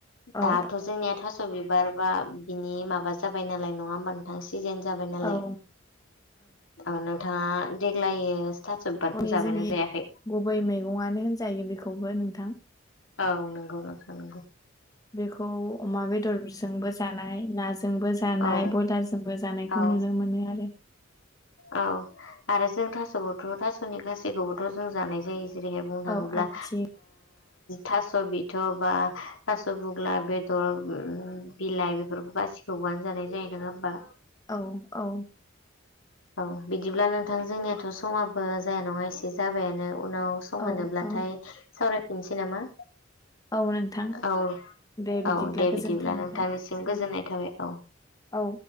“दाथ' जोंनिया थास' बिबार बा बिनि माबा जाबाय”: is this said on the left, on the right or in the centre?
Left